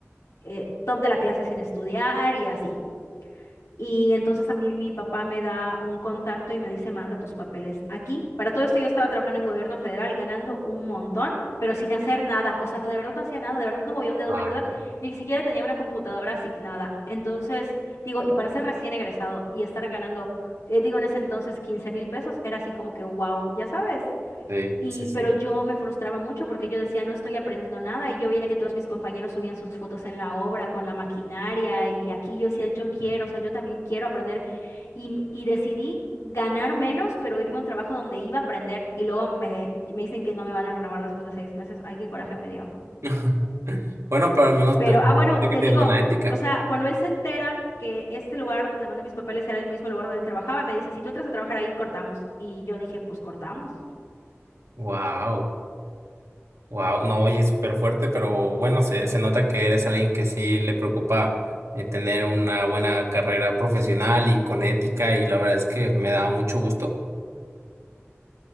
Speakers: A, on the left (about 85°); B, on the right (about 75°).
A: eh, top de la clase sin estudiar y así. Y entonces a mí mi papá me da un contacto y me dice, manda tus papeles aquí. Para todo esto yo estaba trabajando en gobierno federal, ganando un montón, pero sin hacer nada. O sea, de verdad no hacía nada, de verdad no movía un dedo,
B: Wow,
A: de verdad ni siquiera tenía una computadora asignada. Entonces, digo, y para ser recién egresado y estar ganando, eh, digo, en ese entonces quince mil pesos, era así como que, wow, ya sabes.
B: sí,
A: Y,
B: sí, sí.
A: pero yo me frustraba mucho porque yo decía, no estoy aprendiendo nada y yo veía que todos mis compañeros subían sus fotos en la obra con la maquinaria y aquí yo decía, yo quiero, o sea, yo también quiero aprender y, y decidí ganar menos, pero irme a un trabajo donde iba a aprender y luego me, me dicen que no me van a renovar después de seis meses. Ay, qué coraje me dio.
B: <laughs> Bueno, pero al menos
A: Pero,
B: demostraste
A: ah, bueno,
B: que
A: te
B: tienes
A: digo,
B: buena ética.
A: o sea, cuando él se entera que este lugar donde mandé mis papeles era el mismo lugar donde él trabajaba, me dice, si tú entras a trabajar ahí, cortamos. Y yo dije, pues cortamos,
B: Wow, wow, no, oye, súper fuerte, pero bueno, se, se nota que eres alguien que sí le preocupa eh, tener una buena carrera profesional y con ética y la verdad es que me da mucho gusto.